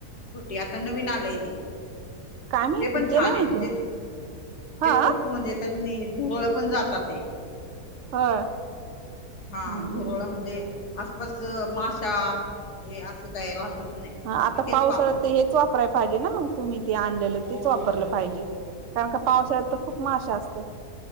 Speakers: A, on the left; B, on the right.
A: छोटी आता नवीन आलाय ते
B: काय माहिती
A: ते पण छान
B: नाही
A: आहे म्हणजे
B: माहिती हा
A: ते खूप म्हणजे त्या झुरळ पण जातात ते
B: होय
A: हा
B: हम्म
A: झुरळ म्हणजे आसपास माशा हे असं काय राहतच नाही
B: ह आता
A: मी तेच
B: पावसाळा
A: वापरते
B: तर हेच वापरायला पाहिजे ना मग तुम्ही ते आणलेलं
A: हो
B: तेच वापरलं
A: हो
B: पाहिजे
A: हो
B: कारण का पावसाळ्यात
A: हो
B: तर खूप माश असतात